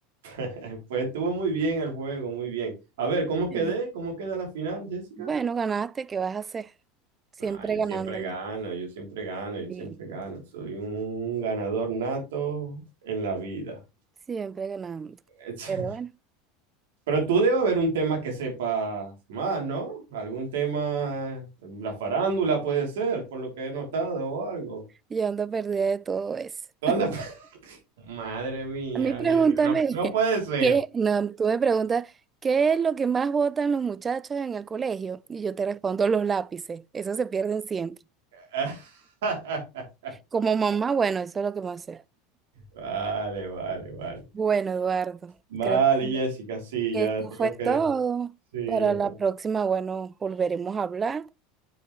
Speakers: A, on the right; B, on the right.
A: <laughs> pues estuvo muy bien el juego, muy bien. A ver, ¿cómo
B: Eh,
A: quedé? ¿Cómo queda la final, Jessica?
B: Bueno, ganaste, ¿qué vas a hacer? Siempre
A: Ah, yo
B: ganándome.
A: siempre gano, yo siempre gano,
B: Sí,
A: yo siempre gano. Soy un ganador nato en la vida.
B: siempre ganando.
A: <laughs>
B: Pero bueno.
A: Pero tú debe haber un tema que sepas más, ¿no? Algún tema, la farándula puede ser, por lo que he notado o algo.
B: Yo ando perdida de todo eso.
A: Tú andas <laughs> Madre mía,
B: A mí pregúntame,
A: Jessica, no, no
B: <laughs>
A: puede ser.
B: ¿qué? No, tú me preguntas, ¿qué es lo que más votan los muchachos en el colegio? Y yo te respondo los lápices. Esos se pierden siempre.
A: <laughs>
B: Como mamá, bueno, eso es lo que más sé.
A: Vale, vale, vale.
B: Bueno, Eduardo,
A: Vale,
B: creo que
A: Jessica, sí,
B: esto
A: ya tengo
B: fue
A: que,
B: todo.
A: sí,
B: Para
A: ya
B: la
A: tengo.
B: próxima, bueno, volveremos a hablar